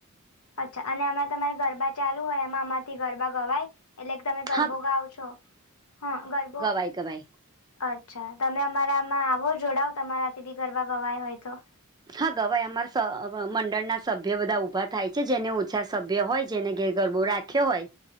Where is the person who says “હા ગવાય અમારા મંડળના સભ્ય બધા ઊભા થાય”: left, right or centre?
Right